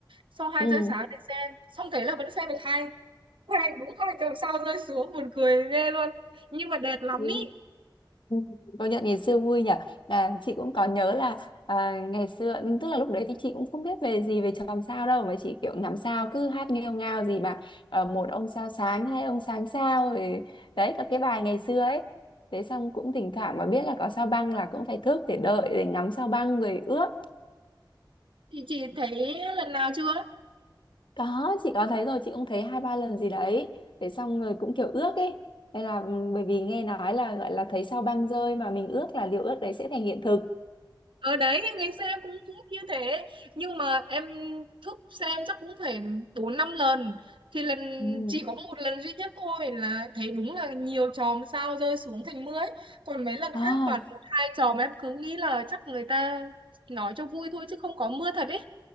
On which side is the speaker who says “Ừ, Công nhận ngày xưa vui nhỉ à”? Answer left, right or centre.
Left